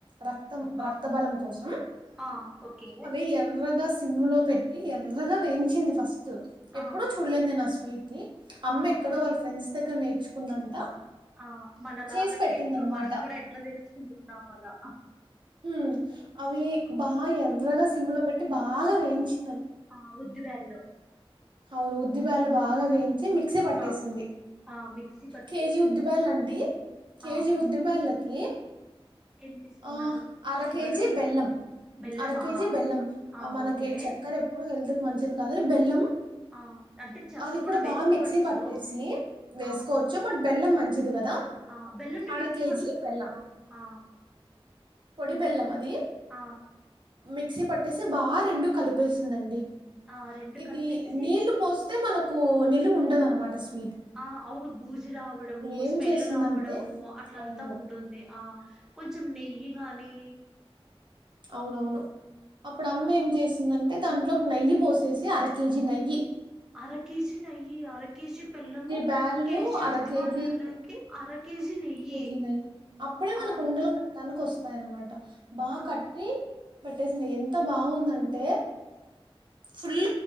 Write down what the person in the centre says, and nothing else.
ఆ
ఆ ఓకే
ఆ
ఆ
ఆ మనలాగండి
ఇప్పుడు మనం కూడా ఎట్లా తెచుకుంటున్నాం అలా
ఆ ఉద్దిబ్యాలు
ఆ ఆ మిక్సీ పట్టి
ఆ
ఏం తీసుకున్నారు
షుగరా
బెల్లమా
ఆ
ఓకే
ఆ అంటే చక్కెర
వేసుకోవచ్చు
ఆ
ఆ బెల్లంని
మిక్సీ
పట్
ఆ ఆ
ఆ
ఆ రెండు
కలిపేసి
ఆ అవును బూజి రావడము
స్మెల్
రావడము అట్లంతా
ఉంటుంది ఆ కొంచం నెయ్యి గానీ
అర కేజీ నేయ్యి అర కేజీ బెల్లము
కేజీ
ఉద్దిబ్యాలల్లోకి
అర కేజీ నెయ్యి
ఆ
ఆ